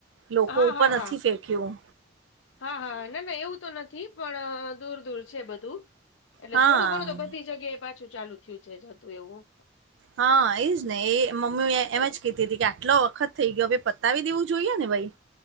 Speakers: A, on the right; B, on the left.
A: લોકો
B: હા
A: ઉપર
B: હા હા
A: નથી ફેંક્યું
B: હા હા ના ના એવું નથી પણ દૂર દૂર છે બધું એટલે
A: હા
B: થોડું ઘણું તો બધી જગ્યાએ પાછું ચાલુ થયું છે જ હતું એવું
A: હા એજ ને એ મમ્મી એમ
B: એ,
A: જ કીતીી હતી કે આટલો વખત થઈ ગયો ભ પતાવી દેવું જોઈએ ને ભાઈ